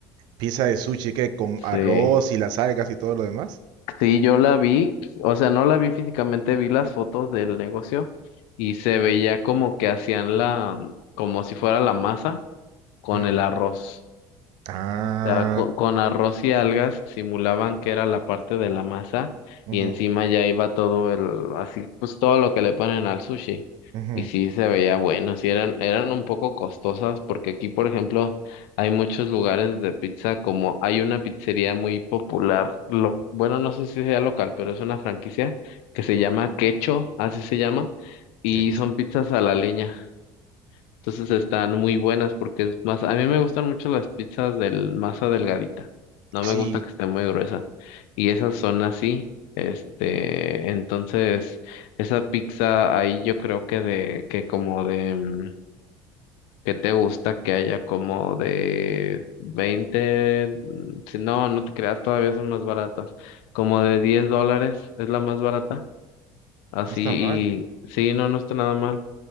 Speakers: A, on the right; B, on the left.
A: Pizza de sushi que con arroz
B: Sí,
A: y las algas y todo lo demás.
B: sí, yo la vi, o sea, no la vi físicamente, vi las fotos del negocio y se veía como que hacían la, como si fuera la masa con
A: Ujú.
B: el arroz.
A: Ah,
B: sea, co- con, arroz y algas simulaban que era la parte de la masa
A: ujú,
B: y encima ya iba todo el, así, pues todo lo que le ponen al sushi.
A: ujú.
B: Y sí se veía bueno, sí eran, eran un poco costosas porque aquí, por ejemplo, hay muchos lugares de pizza como hay una pizzería muy popular, lo, bueno, no sé si sea local, pero es una franquicia que se llama Quecho, así se llama, y
A: Qué chu-
B: son pizzas a la leña. Entonces están muy buenas porque es más, a mí me gustan mucho las pizzas del masa delgadita. No
A: Sí,
B: me gusta que esté muy gruesa. Y esas son así. Este, entonces, esa pizza ahí yo creo que de, que como de, mm, ¿qué te gusta? Que haya como de 20 mm, si no, no te creas, todavía son más baratas. Como de 10 dólares es la más barata. Así,
A: no está mal.
B: y sí, no, no está nada mal.